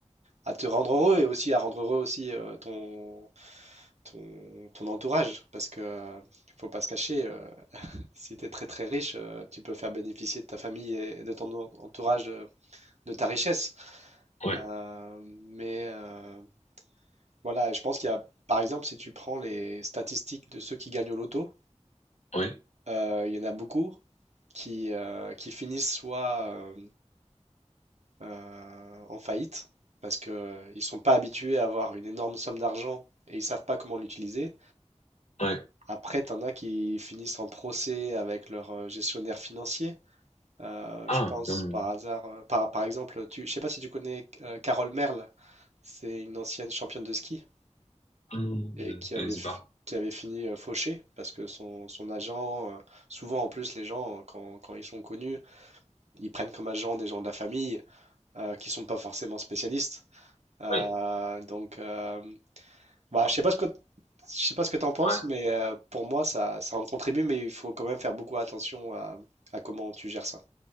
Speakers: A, on the right; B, on the left.
A: à te rendre heureux et aussi à rendre heureux aussi euh, ton, ton, ton entourage, parce que euh, faut pas se cacher, euh, si tu es très très riche, euh, tu peux faire bénéficier de ta famille et de ton en- entourage de, de ta richesse.
B: ouais,
A: Euh, mais euh, voilà, je pense qu'il y a, par exemple, si tu prends les statistiques de ceux qui gagnent au loto,
B: ouais,
A: euh, il y en a beaucoup qui, euh, qui finissent soit euh, euh, en faillite, parce qu'ils ne sont pas habitués à avoir une énorme somme d'argent et ils savent pas comment l'utiliser
B: ouais.
A: Après, t'en as qui finissent en procès avec leur euh, gestionnaire financier. Euh,
B: Ah,
A: je pense
B: comme,
A: par hasard, euh, par, par exemple, tu, je sais pas si tu connais euh, Carole Merle, c'est une ancienne championne de ski
B: hmm,
A: et
B: je,
A: qui avait,
B: je ne sais
A: f-
B: pas.
A: qui avait fini euh, fauchée parce que son, son agent, euh, souvent en plus les gens, euh, quand, quand ils sont connus, ils prennent comme agent des gens de la famille euh, qui sont pas forcément spécialistes. Euh,
B: Ouais,
A: donc, euh, Bah, je sais pas ce que je sais pas ce que t'en penses,
B: ouais,
A: mais euh, pour moi, ça, ça en contribue, mais il faut quand même faire beaucoup attention à, à comment tu gères ça.